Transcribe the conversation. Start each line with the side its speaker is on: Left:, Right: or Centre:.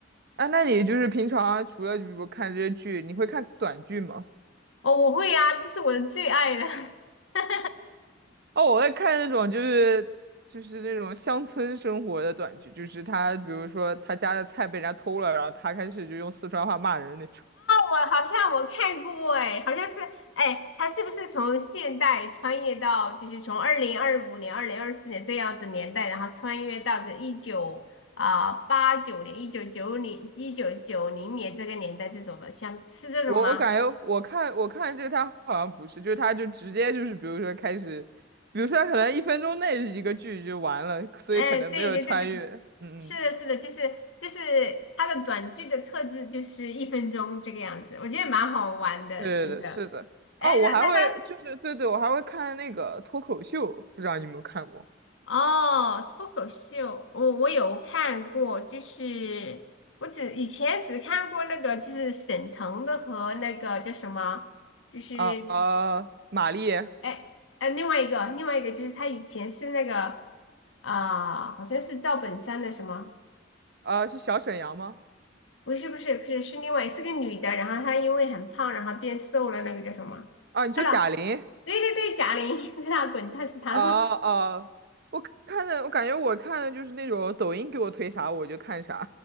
Right: 哎，那你就是平常除了比如看这些剧，你会看短剧吗？
Left: 哦，我会啊，这是我的最爱的。<laughs>
Right: 哦，我在看那种就是就是那种乡村生活的短剧，就是他比如说他家的菜被人家偷了，然后他开始就用四川话骂人那种。
Left: 我好像我看过哎，好像是哎，他是不是从现代穿越到就是从二零二五年、二零二四年这样子年代，然后穿越到这一九啊八九年、一九九零、一九九零年这个年代这种的，像是这种吗？
Right: 我我感觉我看我看这个他好像不是，就是他就直接就是比如说开始，比如说他可能一分钟内一个剧就完了，所以可能没有穿越。
Left: 哎，对对对对，
Right: 嗯嗯，
Left: 是的，是的，就是就是他的短剧的特质就是一分钟这个样子，我觉得蛮好玩的，
Right: 对对对，
Left: 真的。
Right: 是的。
Left: 哎，
Right: 哦，我还会就是对对，
Left: 那那他
Right: 我还会看那个脱口秀，不知道你有没有看过
Left: 哦，脱口秀，我我有看过，就是我只以前只看过那个，就是沈腾的和那个叫什么，就是
Right: 啊？呃，马丽，
Left: 哎哎，另外一个另外一个就是他以前是那个啊、好像是赵本山的什么，
Right: 呃，是小沈阳吗？
Left: 不是不是不是是另外是个女的，然后她因为很胖，然后变瘦了，那个叫什么？
Right: 啊，你说贾玲？
Left: 对了，对对对，贾玲，<laughs> 在那滚蛋是她，
Right: 哦哦，我看的，我感觉我看的就是那种抖音给我推啥我就看啥